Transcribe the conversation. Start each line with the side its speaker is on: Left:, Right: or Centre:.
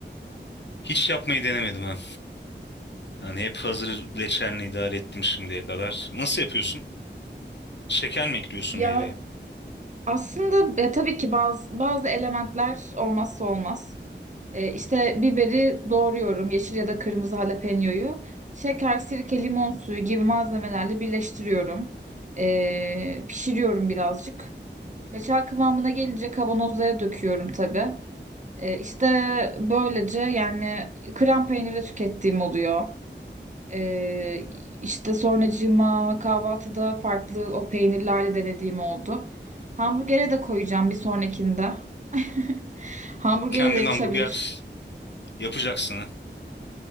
Left: Hiç yapmayı denemedim ben. Yani hep hazır reçelini idare ettim şimdiye kadar. Nasıl yapıyorsun? Şeker mi ekliyorsun
Right: Ya
Left: meyveye?
Right: Aslında e, tabii ki bazı bazı elementler olmazsa olmaz. E, işte biberi doğruyorum, yeşil ya da kırmızı jalapeño'yu. Şeker, sirke, limon suyu gibi malzemelerle birleştiriyorum. E, pişiriyorum birazcık. Reçel kıvamına gelince kavanozlara döküyorum tabii. E, işte böylece yani krem peynirle tükettiğim oluyor. Ee, işte sonracığıma kahvaltıda farklı o peynirlerle denediğim oldu. Hamburgere de koyacağım bir sonrakinde. <laughs> Hamburgere
Left: Kendin
Right: de yakışabilir.
Left: hamburger yapacaksın ha.